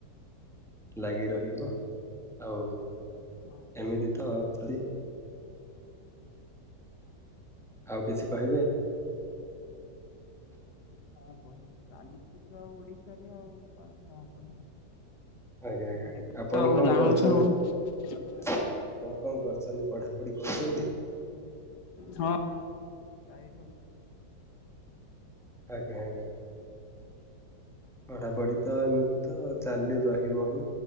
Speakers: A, in the centre; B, on the left.
A: ଲାଗି ରହିବ ଆଉ
B: ହଁ
A: ଏମିତି ତ ପୁରୀ ଆଉ କିଛି କହିବେ?
B: କଣ କହିବ ଚାଲିଛି ତ ଆଉ ଓଡିଶାରେ ଆଉ କଣ କହିବ?
A: ଆଜ୍ଞା
B: ଆଉ
A: ଆଜ୍ଞା
B: ତୁ ଦେଖୁଛ
A: ଆପଣ
B: ଆଉ
A: କଣ
B: ଜାଣୁଛ
A: କରୁଛନ୍ତି?
B: ଆଉ।
A: ଆପଣ କଣ କରୁଛନ୍ତି ପଢାପଢି କରୁଛନ୍ତି?
B: ହଁ ଜାର ରହିଛି।
A: ଆଜ୍ଞା ଆଜ୍ଞା। ପଢାପଢି ତ ଏମିତି ତ ଚାଲି ରହିବ ହିଁ।